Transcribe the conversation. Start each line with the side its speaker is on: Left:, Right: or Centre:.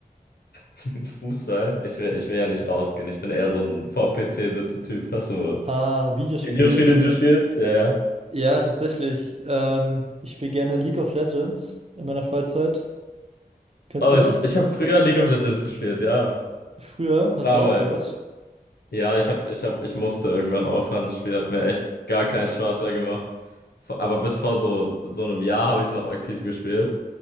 Left: <laughs> Fußball? Ich will, ich will ja nicht rausgehen. Ich bin eher so ein vorm PC sitzen Typ. Hast du
Right: Ah, Videospiele.
Left: Videospiele, die du spielst? Ja, ja.
Right: Ja, tatsächlich. Ähm, ich spiele gerne League of Legends in meiner Freizeit. Kennst
Left: Oh,
Right: du
Left: ich
Right: das?
Left: habe ich hab früher League of Legends gespielt, ja.
Right: Früher hast
Left: Damals.
Right: du aufgehört
Left: Ja, ich hab, ich hab, ich musste irgendwann aufhören. Das Spiel hat mir echt gar keinen Spaß mehr gemacht. Vor- Aber bis vor so, so einem Jahr habe ich noch aktiv gespielt.